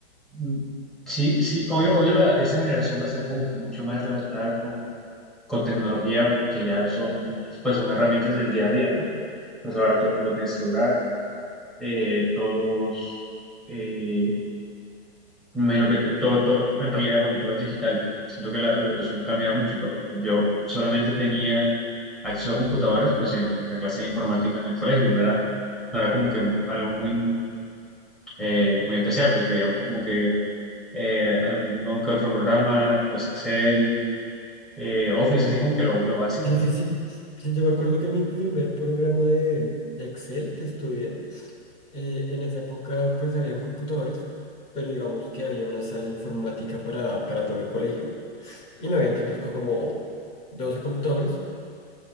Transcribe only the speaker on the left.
Sí, sí, sí. Sí, yo me acuerdo que mi primer programa de, de Excel que estudié, eh, en esa época, pues, habían computadores, pero digamos que había una sala informática para, para todo el colegio. Y no habían tantos co- como 12 computadores.